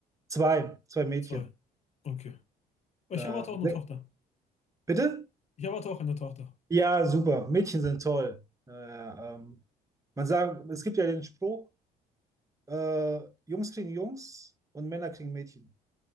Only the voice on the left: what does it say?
Zwei. Okay. Ich
erwarte auch eine
Tochter.
Ich erwarte auch eine Tochter.